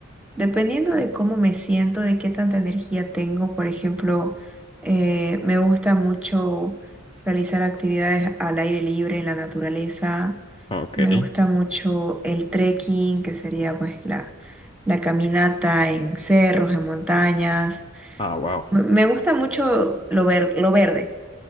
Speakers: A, in the centre; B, on the left (about 25°).
A: Dependiendo de cómo me siento, de qué tanta energía tengo, por ejemplo, eh, me gusta mucho realizar actividades al aire libre, en la naturaleza.
B: ok.
A: Me gusta mucho el trekking, que sería pues la, la caminata en cerros, en montañas.
B: Ah, wow,
A: Me me gusta mucho lo ver- lo verde